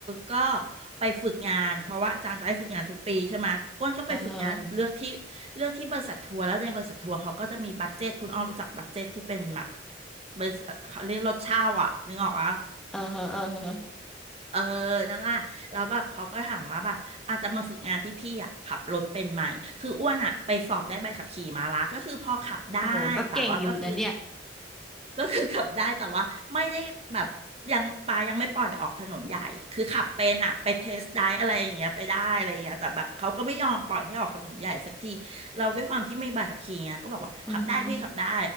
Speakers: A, on the right; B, in the centre.
A: ก็ไปฝึกงานเพราะว่าอาจารย์จะให้ฝึกงานทุกปีใช่ไหมอ้วนก็ไปฝึกงานเลือกที่เลือกที่บริษัททัวร์แล้วในบริษัททัวร์เขาก็จะมีบัดเจตคุณอ้อมรู้จักบัดเจตที่เป็นแบบ
B: อ่าฮะ
A: บริษัทเขาเรียกรถเช่าอะนึกออกปะ
B: อ่าฮะอ่าฮะ
A: เออนั่นล่ะแล้วแบบเขาก็ถามว่าแบบอาจจะมาฝึกงานที่พี่อ่ะขับรถเป็นไหมคืออ้วนอ่ะไปสอบได้ใบขับขี่มาละก็คือพอขับได้แต่ว่าก็คือ
B: โอ้ก็เก่งอยู่นะเนี่ย
A: ก็คือขับได้แต่ว่าไม่ได้แบบยังปายังไม่ปล่อยออกถนนใหญ่คือขับเป็นอ่ะไปเทสได้อะไรอย่างเงี้ยไปได้อะไรอย่างเงี้ยแต่แบบเขาก็ไม่ยอมปล่อยให้ออกถนนใหญ่สักทีเราด้วยความที่ไม่มีใบขับขี่ไงก็บอกว่าขับได้พี่ขับได้
B: อือฮึ